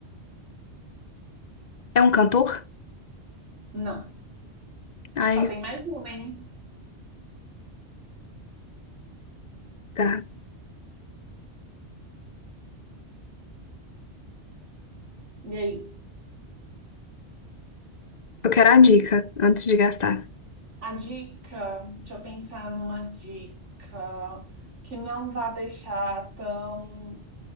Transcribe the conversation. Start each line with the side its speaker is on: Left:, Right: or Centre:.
Left: É um cantor?
Right: não.
Left: Ai,
Right: Só tem mais uma, hein?
Left: tá.
Right: E aí?
Left: Eu quero a dica antes de gastar.
Right: A dica, deixa eu pensar numa dica que não vá deixar tão